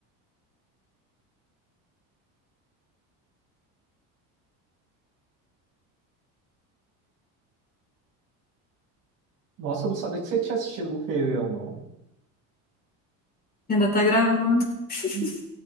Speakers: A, on the right; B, on the left.
A: Nossa, eu não sabia que você tinha assistido o Rei Leão,
B: Ainda tá gravando. <laughs>
A: não.